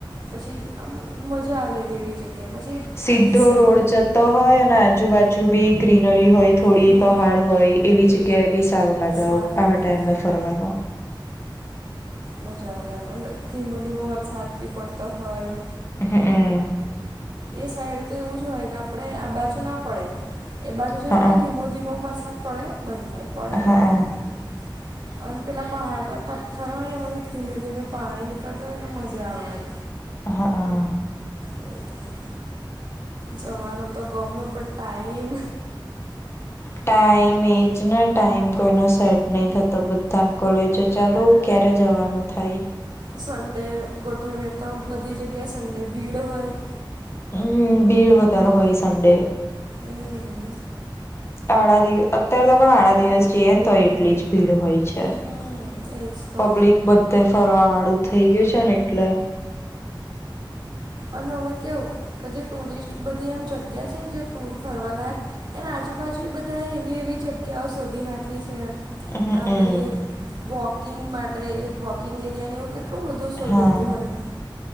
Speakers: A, on the right; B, on the left.
A: પછી આમ મજા આવે એવી એવી જગ્યાએ પછી.
B: સીધો
A: આ ડિસેમ
B: રોડ જતો હોય અને આજુબાજુ બી ગ્રીનરી હોય થોડી
A: હમ
B: પહાડ. હોય એવી જગ્યાએ બી સારું લાગે
A: સારું
B: આવા
A: લાગે.
B: ટાઈમે ફરવાનો.
A: મજા આવે એમ અને ધીમો ધીમો વરસાદ બી પડતો હોય.
B: હહમ.
A: એ સાઈડ તો એવું જ હોય કે આપણે આ બાજુ ના પડે. એ બાજુ જોઈએ
B: હા
A: ને તો ધીમો ધીમો વરસાદ પડે બંધ થાય પડે બંધ
B: હા હા
A: થાય ને. અને પેલા પહાડ પર પ ઠરવાય ને એમાંથી ધીમે ધીમે પાણી નીકળત હોય મજા આવે એમ
B: હા હા
A: એવું થાય. જવાનો તો ગમયો પણ ટાઈમ
B: ટાઈમ એજને ટાઈમ કોઈનો સેટ નહી થતો બધા કોલેજો ચાલુ. ક્યારે જવાનું થાય.
A: સન્ડે ગોઠવીએ તો બધી જગ્યાએ સન્ડે ભીડ હોય.
B: હમ ભીડ વધારે હોય સંડે.
A: હમ
B: આડા દિવ અત્યારે તો પણ આડા દિવસ જઈએ ને તોય એટલી જ ભીડ હોય. છે
A: હમ એજ તો
B: પબ્લિક બધે ફરવા વાળું થઈ ગયું છે ને એટલે.
A: અને હવે કેવું કે જે ટુરિસ્ટ બધી એમ જગ્યા છે ને જે ટૂર ફરવાલાાયક. એના આજુબાજુએ બધાએ એવી એવી જગ્યાઓ શોધી નાખી છે.
B: હમમ
A: આ પેલી વોકિંગ માટે વોકિંગ એરિયાને એવું. એટલું બધું શોધેલું
B: હા
A: હોય.